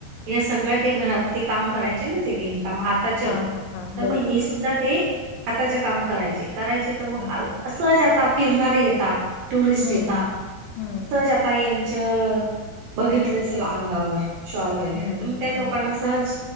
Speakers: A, on the right (about 70°); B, on the left (about 80°).
A: हे सगळं घरात काम कराय काम हाताच तर
B: हा हा हा बरोबर
A: मग हि सुद्धा ते हाताच काम करायचे. करायचे तर मग
B: हम्म
A: असंज आता फिरणारे येताात, टुरिस्ट
B: हम्म
A: येेत
B: हम्म.
A: मतज आता यांच बघितलं असेल अंगावर शॉल वगैरे
B: हम्म
A: तर मग
B: हम्म हम्म
A: त्या लोकांना
B: हम्म
A: सहज